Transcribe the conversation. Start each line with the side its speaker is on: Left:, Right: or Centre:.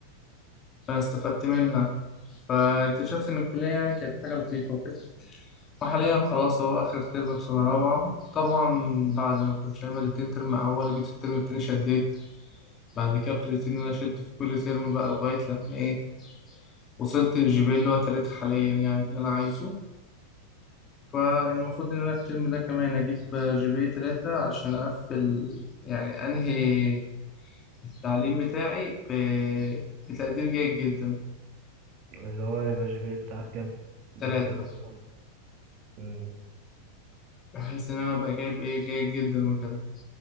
Left: انا استفدت منها فاكتشفت ان الكلية يعني كانت حاجة لطيفة وكده وحاليا خلاص هو اخر ترم في سنة رابعة طبعا بعد ما كنت شايل مادتين ترم اول جيت الترم التاني شديت بعد كده ابتديت ان انا اشد في كل ترم بقى لغاية لما ايه وصلت للجي بي إيه اللي هو تلاتة حاليا يعني اللي انا عايزه فالمفروض إن أنا الترم ده كمان أجيب جي بي اي تلاتة عشان أقفل يعني أنهي التعليم بتاعي ب... بتقدير جيد جدا
Right: اللي هو يبقى الجي بي اي بتاعك كام اللي
Left: تلاتة
Right: انت طب مم.
Left: بحيث إن أنا أبقى جايب إيه جيد جدا وكده